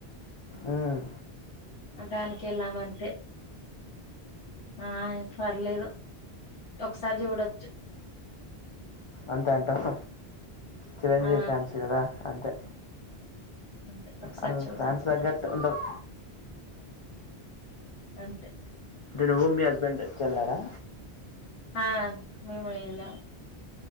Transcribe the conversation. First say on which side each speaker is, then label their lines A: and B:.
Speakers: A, on the left; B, on the left.
A: ఉమ్
B: దానికెళ్ళామంతే ఆహ్ పర్లేదు ఒకసారి చూడొచ్చు
A: అంతే అంటావ్ చిరంజీవి
B: ఆ
A: ఫ్యాన్స్ కదా అంతే
B: అంతే ఒకసారి
A: అన్
B: చూడొచ్చు
A: ఫ్యాన్స్ తగ్గాటు ఉండవ్
B: అంతే
A: నువ్వు మీ హస్బెండ్ చెళ్ళారా
B: ఆ మేము ఎల్లాం